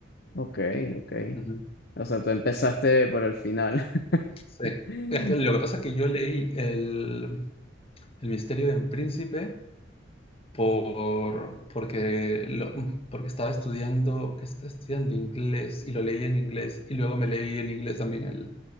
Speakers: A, on the left (about 55°); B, on the left (about 30°).
A: Ok, ok.
B: Ujú.
A: O sea, tú empezaste por el final. <laughs>
B: Sí. Es que lo que pasa es que yo leí el El misterio del príncipe por porque lo porque estaba estudiando que estaba estudiando inglés y lo leí en inglés, y luego me leí en inglés también el